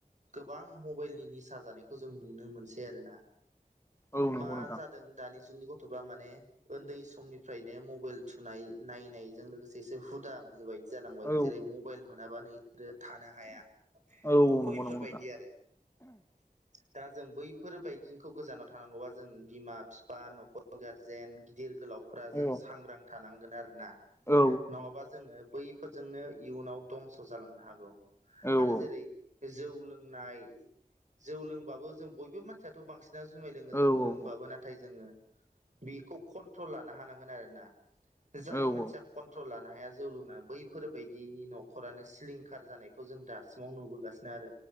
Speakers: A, on the right (about 50°); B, on the left (about 15°).
A: गोबां मबाइलनि निसा जानायखौ जों नुनो मोनसै आरोना
B: औ नंगौ
A: मा
B: नोंथां
A: जादों जों दानि जुगनि गथ'फ्रा माने उन्दै समनिफ्रायनो मबाइल थुनाय नायनायजों लोगोसे एसे हुदा बाय जालांबाय
B: औ
A: जेरै मबाइल मोनाबा नोंसोरो थानो हाया
B: औ
A: बैफोरबायदि
B: नंगौ नंगौ नोंथां
A: आरो दा जों बैफोरबायदिखौ गोजानाव थानांगौबा जों बिमा बि बिफा नखर गारजेन गिदिर गोलावफ जों
B: औ
A: सांग्रां थानांगोन आरो ना।
B: औ
A: नङाबा जोङो बैफोरजोंनो इयुनाव दंस' जालांनो हागौ।
B: औ
A: आरो
B: औ
A: जेरै जौ लोंनाय जौ लोंबाबो जों बयबो मानसियाथ' बांसिन जुमाय लोङ जों
B: औ नंगौ
A: लोंबाबोना नाथाय जोङो बेखौ कन्ट्रल लानो हांगोन आरोना। जाय
B: नंगौ
A: मानसिया
B: औ
A: कन्ट्रल लानो हाया जौ लोंना बैफोरबायायदिनि न'खरानो सिलिंखार जानायखौ जों दासिमाव नुबोगासिनो आरो